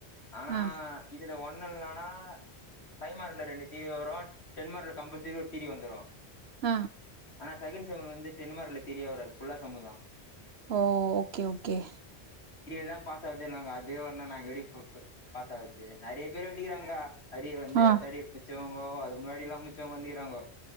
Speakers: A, on the left; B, on the right.
A: ஆனா
B: ஆ,
A: இதுல ஒண் ணுலனா பை மார்கல ரெண்டு தீரி வரு டென் மார்கல கம்பல் சரி ஒரு தீரி வந்துரு
B: ஆ
A: ஆனா சகன் சமுன் வந்து தென்மார்க்ல ல தெரிய வராது ஃபுல்லா சமு தா
B: ஓ ஓகே ஓகே
A: தா பாஸ் ஆகுதுங்க அதே ஒடே நாங்க எப்படி இ பாஸ் ஆகுது நெறைய பேர் எழுதுக்கிறாங்க கா அரியர் வந்து
B: ஆ,
A: தேடியர் முடிச்சவங்கோ அது முன்னாடி எல்லாம் முடிச்சவங்க வந்துக்கிறாங்கோ